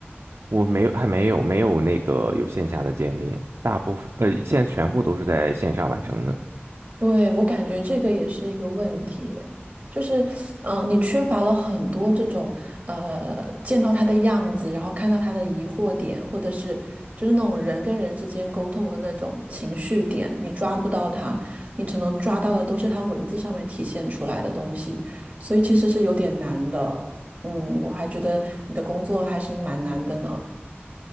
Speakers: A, on the right (about 75°); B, on the right (about 30°).
A: 我没有，还没有没有那个有线下的见面，大部分呃现在全部都是在线上完成的。
B: 对，我感觉这个也是一个问题，就是，嗯、你缺乏了很多这种，呃，见到他的样子，然后看到他的疑惑点，或者是就是那种人跟人之间沟通的那种情绪点，你抓不到他，你只能抓到的都是他文字上面体现出来的东西，所以其实是有点难的。嗯，我还觉得你的工作还是蛮难的呢。